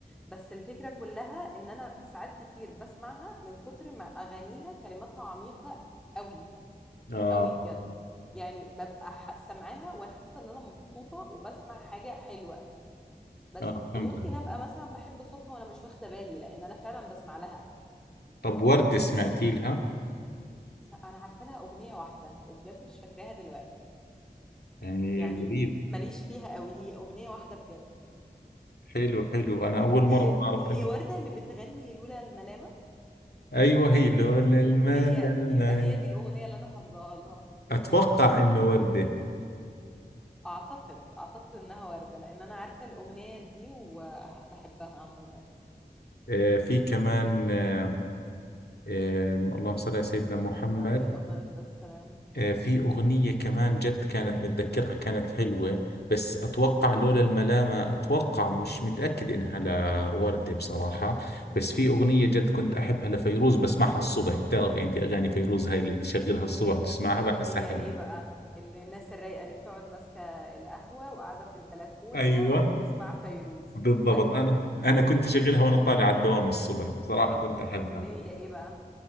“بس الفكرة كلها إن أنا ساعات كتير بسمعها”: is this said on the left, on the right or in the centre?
Centre